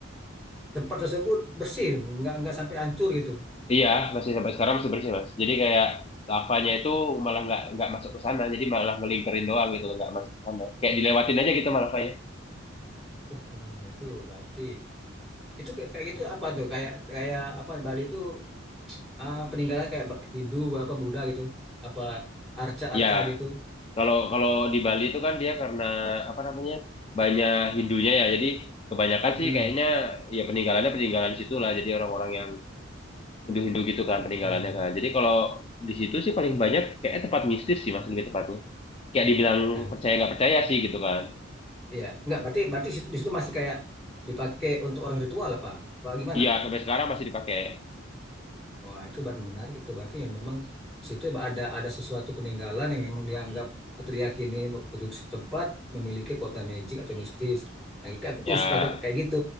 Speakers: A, in the centre; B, on the left (about 30°).
A: tempat tersebut bersih nggak nggak sampai hancur gitu
B: Iya, masih sampai sekarang masih bersih mas. Jadi kayak lavanya itu malah nggak nggak masuk ke sana, jadi malah ngelingkerin doang gitu, nggak masuk ke sana. Kayak dilewatin aja gitu malah kayak.
A: wah wah, itu berarti itu kayak kayak gitu apa tuh kayak kayak apa Bali itu ah, peninggalan kayak Ba- Hindu apa Buddha gitu apa arca-arca
B: Iya,
A: gitu
B: Kalau kalau di Bali itu kan dia karena apa namanya banyak Hindunya ya, jadi kebanyakan
A: hmm.
B: sih kayaknya ya peninggalannya peninggalan situ lah. Jadi orang-orang yang Hindu-Hindu gitu kan peninggalannya
A: hmm.
B: kan. Jadi kalau di situ sih paling banyak kayak tempat mistis sih mas lebih tepatnya. Kayak dibilang
A: Nah,
B: percaya nggak percaya sih gitu kan.
A: iya nggak berarti berarti situ- di situ masih kayak dipakai untuk orang ritual apa apa gimana
B: Iya sampai sekarang masih dipakai.
A: Wah, itu baru menarik itu berarti ya memang di situ ya ada ada sesuatu peninggalan yang memang dianggap atau diyakini penduduk setempat memiliki kota magic atau mistis. Nah, kayak aku
B: Ya
A: suka kayak gitu.